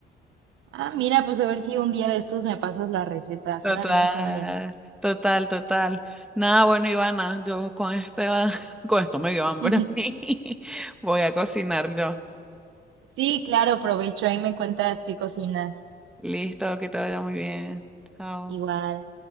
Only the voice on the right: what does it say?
Ah, mira, pues a ver si un día de estos me pasas la receta. Suena
bien, suena bien.
<laughs>
Sí, claro, provecho. Ahí me cuentas qué cocinas.
Igual.